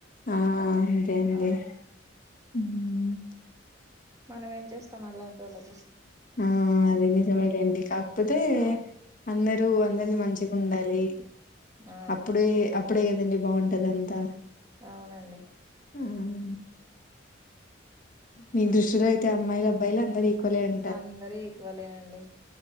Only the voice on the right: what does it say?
ఆ
మనం ఏం చేస్తాం అల్లాంటో లతో
ఆ
ఆ
అవునండి
అందర ఈక్వ లేనండి